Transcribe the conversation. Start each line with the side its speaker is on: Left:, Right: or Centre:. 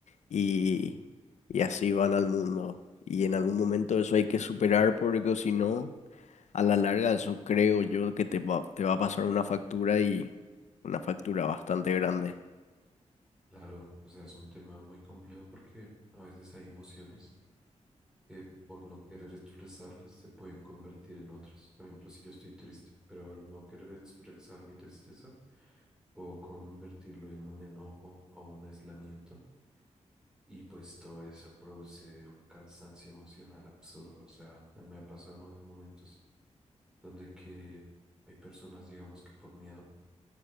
Left: y, y así van al mundo. Y en algún momento eso hay que superar porque si no, a la larga eso creo yo que te va, te va a pasar una factura y una factura bastante grande.
Centre: Claro, o sea, es un tema muy complejo porque a veces hay emociones que por no querer expresarlas se pueden convertir en otras. Por ejemplo, si yo estoy triste, pero al no querer expresar mi tristeza, puedo convertirlo en un enojo o un aislamiento Y pues todo eso produce un cansancio emocional absurdo. O sea, me ha pasado en momentos donde que hay personas, digamos que por miedo,